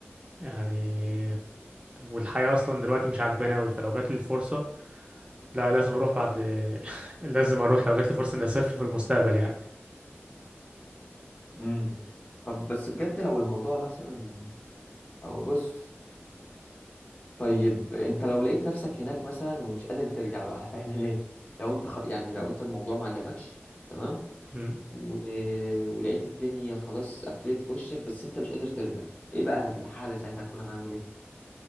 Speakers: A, on the right; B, on the left.
A: يعني والحياة أصلا دلوقتي مش عاجباني أوي فلو جاتلي الفرصة لا لازم أروح بعد <laughs> لازم أروح لو جاتلي فرصة إني أسافر في المستقبل يعني
B: امم طب بس بجد لو الموضوع مثلا او بص طيب انت لو لقيت نفسك هناك مثلا ومش قادر ترجع بقى هتعمل ايه لو انت خ... يعني لو انت الموضوع ما عجبكش تمام
A: مم.
B: و... ولقيت الدنيا خلاص قفلت في وشك بس انت مش قادر ترجع ايه بقى الحالة ساعتها هتكون عامل ايه